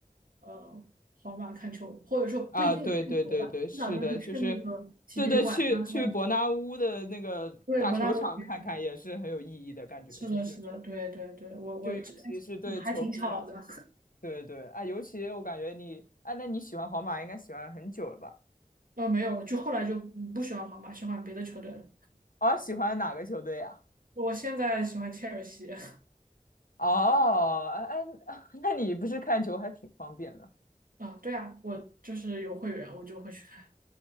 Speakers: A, on the right; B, on the left.
A: 呃皇马看球，或者说不一定看球吧，
B: 啊，对对对对，是的，
A: 至少就是去那个体育馆参观一下。
B: 就是对对，去去伯纳乌的那个大球场看看也是很有意义的感觉，
A: 对，伯纳乌体育馆。是的，
B: 就是
A: 是的，对对对，我我这
B: 就尤其是对球迷来说，
A: 还挺巧的。<laughs>
B: 对对，啊，尤其我感觉你，啊，那你喜欢皇马应该喜欢很久了吧？
A: 呃，没有，就后来就不喜欢皇马，喜欢别的球队了。
B: 哦，喜欢哪个球队呀？
A: 我现在喜欢切尔西。<laughs>
B: 哦，哎哎，<laughs> 那你不是看球还挺方便的。
A: 啊，对啊，我就是有会员，我就会去看。